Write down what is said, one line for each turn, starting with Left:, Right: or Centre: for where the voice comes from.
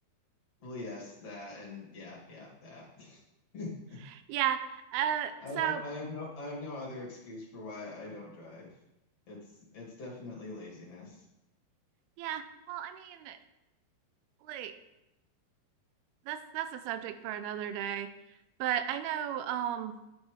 Left: Well, yes, that and yeah, yeah, that. <laughs>
Right: <laughs> yeah. Uh
Left: I
Right: so
Left: have I have no I have no other excuse for why I don't drive. It's it's definitely laziness.
Right: yeah, well, I mean, like that's that's a subject for another day. But I know um